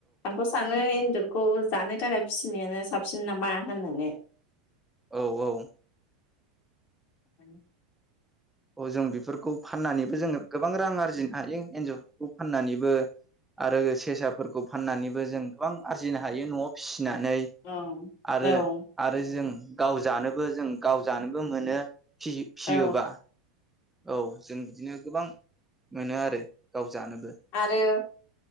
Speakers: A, on the left; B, in the centre.
A: आंथ' सानो बेदरखौ जानो थाखाय फिसिनायानो साबसिन नामा होननानै।
B: औ औ।
A: <inaudible>
B: औ जों बेफोरखौ फाननानैबो जों गोबां रां आरजिनो हायो एन्जरफोरखौ फाननानैबो आरो सेसाफोरखौ फाननानैबो जों गोबां आरजिनो हायो न'आव फिसि नानै
A: औ
B: आरो
A: औ
B: आरो जों गाव जानोबो जों गाव जानोबो मोनो। फिसि-फिसियोबा।
A: औ
B: औ जों बिदिनो गोबां मोनो आरो गाव जानोबो
A: आरो